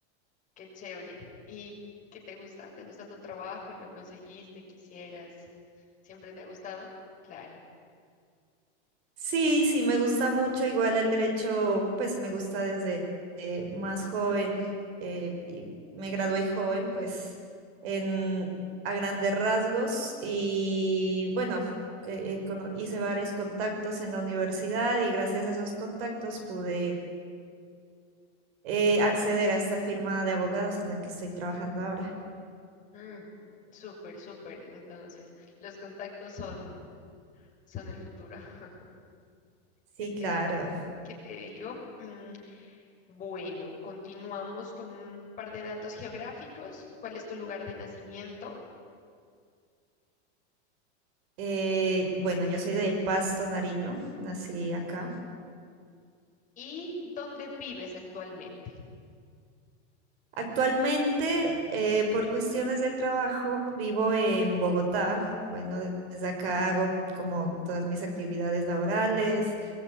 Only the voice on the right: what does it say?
Sí, sí, me gusta mucho. Igual el derecho, pues me gusta desde eh, más joven. eh, y me gradué joven, pues en, a grandes rasgos. Y bueno, que, eh, cono- hice varios contactos en la universidad y gracias a esos contactos pude... eh, acceder a esta firma de abogados en la que estoy trabajando ahora.
Sí,
claro.
Eh, bueno, yo soy de Pasto, Nariño, nací acá.
Actualmente, eh, por cuestiones de trabajo, vivo en Bogotá. Bueno, de- desde acá hago como todas mis actividades laborales